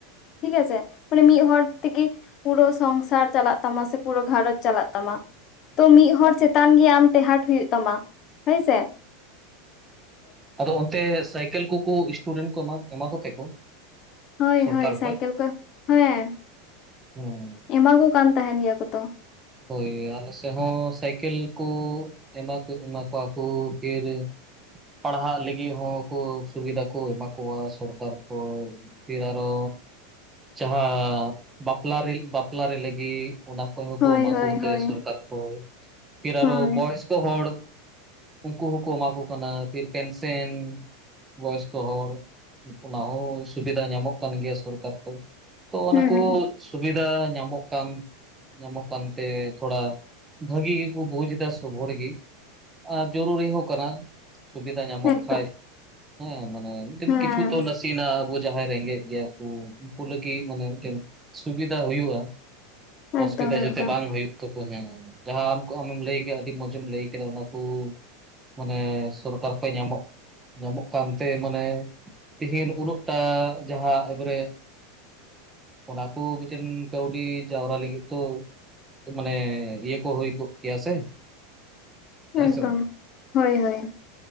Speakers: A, on the left; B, on the right.
A: ᱴᱷᱤᱜᱟᱪᱷᱮ ᱢᱟᱱᱮ ᱢᱤᱫ ᱦᱚᱲ ᱛᱮᱜᱮ ᱯᱩᱨᱟᱹ ᱥᱚᱝᱥᱟᱨ ᱪᱟᱞᱟᱜ ᱛᱟᱢᱟ ᱥᱮ ᱯᱩᱨᱟᱹ ᱜᱷᱟᱨᱚᱸᱧᱡᱽ ᱪᱟᱞᱟᱜ ᱛᱟᱢᱟ ᱛᱳ ᱢᱤᱫ ᱦᱚᱲ ᱪᱮᱛᱟᱱ ᱜᱮ ᱟᱢ ᱴᱮᱸᱦᱟᱰᱽ ᱦᱩᱭᱩᱜ ᱛᱟᱢᱟ ᱦᱳᱭ ᱥᱮ᱾
B: ᱟᱫᱚ ᱚᱱᱛᱮ ᱥᱟᱭᱠᱮᱞ ᱠᱳᱠᱳ ᱥᱴᱩᱰᱮᱱᱴ ᱠᱚ ᱮᱢᱟᱣ, ᱮᱢᱟᱣ ᱠᱚ ᱛᱟᱦᱮᱫ ᱠᱚ?
A: ᱦᱳᱭ
B: ᱥᱚᱨᱠᱟᱨ
A: ᱦᱳᱭ ᱥᱟᱭᱠᱮᱞ
B: ᱠᱷᱚᱡ?
A: ᱠᱚ, ᱦᱮᱸ
B: ᱦᱮᱸ᱾
A: ᱮᱢᱟ ᱠᱚ ᱠᱟᱱ ᱛᱟᱦᱮᱱ ᱜᱮᱭᱟ ᱠᱚᱛᱚ
B: ᱦᱳᱭ ᱟᱞᱮ ᱥᱮᱫ ᱦᱚᱸ ᱥᱟᱭᱠᱮᱞ ᱠᱳ ᱮᱢᱟ, ᱮᱢᱟ ᱠᱚᱣᱟ ᱠᱳ ᱰᱮᱨ ᱯᱟᱲᱦᱟᱜ ᱞᱟᱹᱜᱤᱫ ᱦᱚᱸ ᱠᱳ ᱥᱩᱵᱤᱫᱟ ᱠᱳ ᱮᱢᱟ ᱠᱳᱣᱟ ᱥᱚᱨᱠᱟᱨ ᱠᱳ ᱯᱷᱮᱨ ᱟᱨᱚ ᱡᱟᱦᱟᱸ ᱵᱟᱯᱞᱟ ᱨᱮ ᱵᱟᱯᱞᱟ ᱨᱮ ᱞᱟᱹᱜᱤᱫ ᱚᱱᱟᱼᱼ ᱚᱠᱚᱭ ᱦᱚᱸᱠᱚ
A: ᱦᱳᱭ
B: ᱮᱢᱟ
A: ᱦᱳᱭ
B: ᱠᱚ ᱛᱟᱦᱮ
A: ᱦᱳᱭ
B: ᱥᱚᱨᱠᱟᱨ ᱠᱷᱚᱡᱽ ᱯᱷᱮᱨ ᱟᱨᱚ
A: ᱦᱳᱭ
B: ᱵᱚᱭᱚᱥ ᱠᱚ ᱦᱚᱲᱼᱼ ᱩᱱᱠᱩ ᱦᱚᱸ ᱠᱳ ᱮᱢᱟ ᱠᱳ ᱠᱟᱱᱟ ᱯᱷᱮᱨ ᱯᱮᱱᱥᱮᱱᱼᱼ ᱵᱚᱭᱚᱥᱠᱚ ᱦᱚᱲ, ᱚᱱᱟ ᱦᱚᱸ ᱥᱩᱵᱤᱫᱷᱟ ᱧᱟᱢᱚᱜ ᱠᱟᱱ ᱜᱮᱭᱟ ᱥᱚᱨᱠᱟᱨ ᱠᱷᱚᱡᱽ ᱛᱚ ᱚᱱᱟ
A: ᱦᱩᱸ
B: ᱠᱳ
A: ᱦᱩᱸ
B: ᱥᱩᱵᱤᱫᱟ ᱧᱟᱢᱚᱜ ᱠᱟᱱ ᱧᱟᱢᱚᱜ ᱠᱟᱱᱼᱼ ᱛᱮ ᱛᱷᱚᱲᱟ ᱵᱷᱟᱹᱜᱤ ᱜᱮ ᱠᱚ ᱵᱷᱳᱡᱽ ᱫᱟ ᱥᱳᱜᱳᱲ ᱜᱮ ᱟᱨ ᱡᱚᱨᱩᱨᱤ ᱦᱚᱸ ᱠᱟᱱᱟ ᱥᱩᱵᱤᱫᱷᱟ ᱧᱟᱢᱚᱜ
A: ᱮᱠᱫᱚᱢ
B: ᱠᱷᱟᱡ ᱦᱮᱸ ᱢᱟᱱᱮ ᱢᱤᱫᱴᱮᱱ
A: ᱦᱮᱸ
B: ᱠᱤᱪᱷᱩ ᱛᱚ ᱱᱟᱥᱮ ᱤᱥᱤᱱᱟ <unintelligible> ᱟᱵᱚ ᱡᱟᱦᱟᱸᱭ ᱨᱮᱸᱜᱮᱡ ᱜᱮᱭᱟ ᱠᱚ ᱩᱱᱠᱩ ᱞᱟᱹᱜᱤᱫ ᱢᱟᱱᱮ ᱢᱤᱫᱴᱮᱱ ᱥᱩᱵᱤᱫᱷᱟ ᱦᱩᱭᱩᱜᱼᱟ ᱚᱥᱩᱵᱤᱫᱷᱟ
A: ᱮᱠᱫᱚᱢ
B: <unintelligible>
A: ᱮᱠᱫᱚᱢ
B: ᱦᱩᱭᱩᱜ ᱛᱟᱠᱚ ᱦᱮᱸ ᱡᱟᱦᱟᱸ ᱟᱠᱚ ᱟᱢᱮᱢ ᱞᱟᱹᱭ ᱠᱮᱜᱼᱟ ᱟᱹᱰᱤ ᱢᱚᱸᱡᱽ ᱮᱢ ᱞᱟᱹᱭ ᱠᱮᱫᱟ ᱚᱱᱟ ᱫᱚ ᱢᱟᱱᱮ ᱥᱚᱨᱠᱟᱨ ᱠᱷᱚᱡ ᱧᱟᱢᱚᱜ ᱧᱟᱢᱚᱜ ᱠᱟᱱᱛᱮ ᱢᱟᱱᱮ ᱛᱮᱦᱮᱧ ᱩᱱᱟᱹᱜᱴᱟ ᱡᱟᱦᱟᱸ ᱮᱠᱵᱟᱨᱮ ᱚᱱᱟ ᱠᱩ ᱢᱤᱫᱴᱮᱱ ᱠᱟᱹᱣᱰᱤ ᱡᱟᱣᱨᱟ ᱞᱟᱹᱜᱤᱫ ᱛᱚ ᱢᱟᱱᱮ ᱤᱭᱟᱹ ᱠᱚ ᱦᱩᱭ ᱠᱚᱜ ᱠᱮᱭᱟ ᱥᱮ ᱦᱮᱸᱥᱮ
A: ᱮᱠᱫᱚᱢ
B: ᱵᱟᱝᱚ
A: ᱦᱳᱭ ᱦᱳᱭ